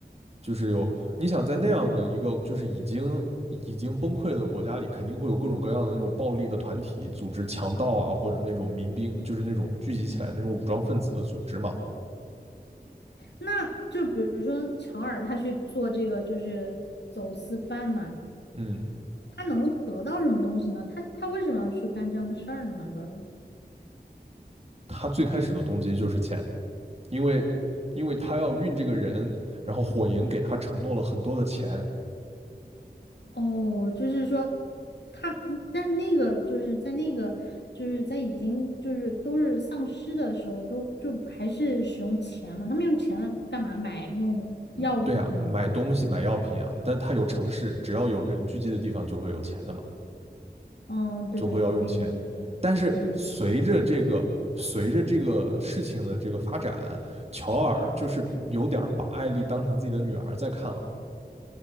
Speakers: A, on the right; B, on the left.
A: 就是有你想在那样的一个就是已经已经崩溃的国家里，肯定会有各种各样的那种暴力的团体组织、强盗啊，或者那种民兵，就是那种聚集起来那种武装分子的组织嘛，
B: 那就比如说乔尔他去做这个就是走私贩嘛，
A: 嗯，
B: 他能得到什么东西呢？他他为什么要去干这样的事儿呢？主要是
A: 他最开始的动机就是钱。因为因为他要运这个人，然后火营给他承诺了很多的钱，
B: 哦，就是说他，嗯但是那个就是在那个就是在已经就是都是丧尸的时候，都就还是使用钱嘛，他们用钱干嘛买那种药品什么的？
A: 嗯，对啊，买东西买药品啊，但他有城市，只要有人聚集的地方就会有钱的嘛，
B: 嗯，对对对，
A: 就会要用钱。
B: 可以理解，
A: 但是随着这个随着这个事情的这个发展，
B: 可以。
A: 乔尔就是有点把艾丽当成自己的女儿在看了，